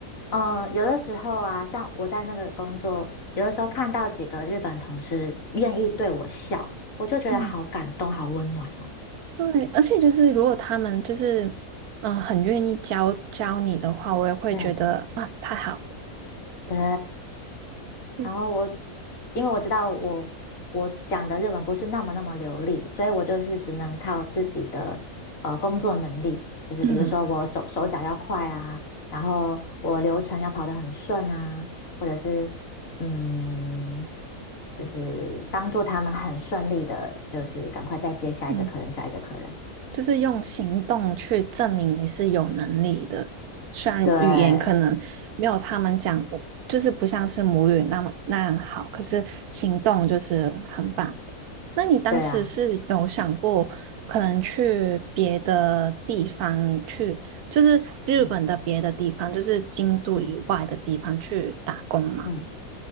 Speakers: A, on the left; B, on the right.
A: 嗯、有的时候啊，像我在那个工作，有的时候看到几个日本同事愿意对我笑，我就觉得好感动，
B: 嗯，
A: 好温暖哦。
B: 对，而且就是如果他们就是嗯、呃很愿意教教你的话，我也会觉得啊太好了，
A: 对对，
B: 对
A: 然后我，因为我知道我我讲的日文不是那么那么流利，所以我就是只能靠自己的呃工作能力，就是比如说我手手脚要快啊，
B: 嗯
A: 然后我流程要跑得很顺啊，或者是嗯，就是帮助他们很顺利的，就是赶快再接下一个客人，
B: 嗯。
A: 下一个客人。
B: 就是用行动去证明你是有能力的。虽然语言可能没有他们讲，
A: 对，
B: 就是不像是母语那么那好，可是行动就是很棒的。那你当时是有想过可能去别的地方去，
A: 对啊，
B: 就是日本的别的地方，
A: 嗯
B: 就是京都以外的地方去打工吗？
A: 嗯嗯。